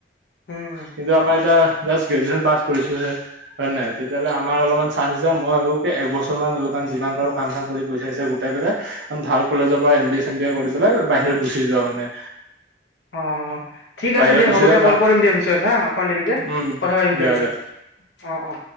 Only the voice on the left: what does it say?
উম
অ', ঠিক
আছে দিয়া
হ'ব
দিয়া কল কৰিম দিয়া পিছত হা অকণ দেৰিকে
কথা পাতিম
তাৰপিছত।
অ', অ'।